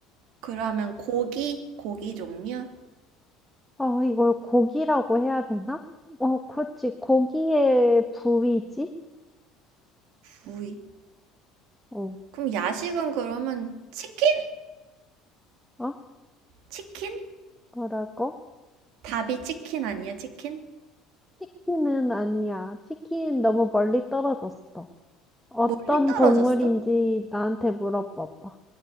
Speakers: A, on the right; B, in the centre.
A: 그러면 고기 고기 종류?
B: 어, 이걸 고기라고 해야 되나? 어, 그렇지. 고기의 부위지?
A: 구이.
B: 어,
A: 그럼 야식은 그러면 치킨?
B: 어?
A: 치킨?
B: 뭐라고?
A: 답이 치킨 아니야, 치킨?
B: 치킨은 아니야. 치킨 너무 멀리 떨어졌어. 어떤
A: 멀리 떨어졌어?
B: 동물인지 나한테 물어봐봐.